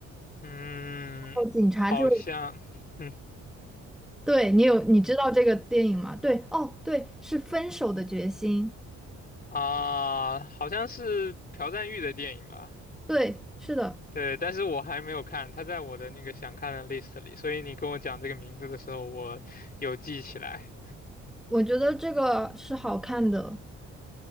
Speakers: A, on the left; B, in the centre.
A: 嗯，
B: 后警察就，
A: 好像，嗯。
B: 对，你有，你知道这个电影吗？对，哦，对，是《分手的决心》，
A: 啊，好像是朴赞郁的电影吧？
B: 对，是的，
A: 对，但是我还没有看，他在我的那个想看的 list 里，所以你跟我讲这个名字的时候，我有记起来。
B: 我觉得这个是好看的，